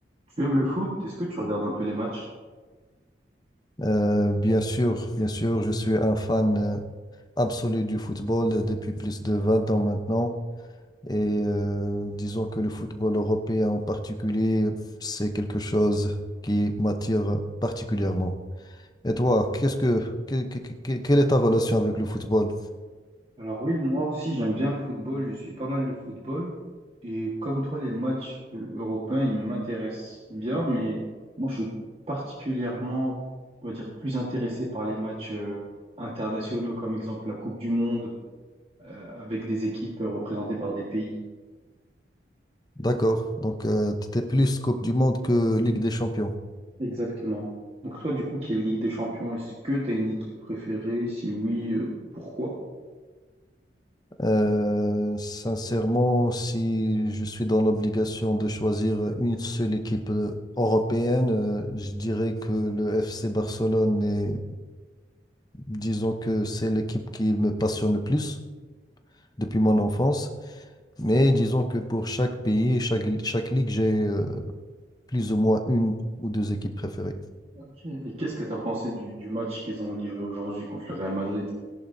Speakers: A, on the right (about 30°); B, on the left (about 20°).
A: Tu aimes le foot? Est-ce que tu regardes un peu les matchs?
B: Euh, bien sûr, bien sûr, je suis un fan euh, absolu du football euh, depuis plus de 20 ans maintenant. Et euh, disons que le football européen en particulier, c'est quelque chose qui m'attire particulièrement. Et toi, qu'est-ce que, que- que- que- quelle est ta relation avec le football?
A: Alors oui, moi aussi j'aime bien le football, je suis pas mal de football et comme toi les matchs euh, européens ils m'intéressent bien mais moi je suis particulièrement on va dire plus intéressé par les matchs euh, internationaux comme exemple la Coupe du Monde euh, avec des équipes euh, représentées par des pays.
B: D'accord, donc tu étais plus Coupe du Monde que Ligue des Champions.
A: Exactement. Donc toi du coup qui est Ligue des Champions, est-ce que tu as une équipe préférée? Si oui, euh, pourquoi?
B: Euh, sincèrement, si je suis dans l'obligation de choisir une seule équipe euh, européenne, euh, je dirais que le FC Barcelone est, disons que c'est l'équipe qui me passionne le plus depuis mon enfance. Mais disons que pour chaque pays, chaque, chaque ligue, j'ai euh, plus ou moins une ou deux équipes préférées.
A: Ok. Et qu'est-ce que tu as pensé du, du match qu'ils ont livré aujourd'hui contre le Real Madrid?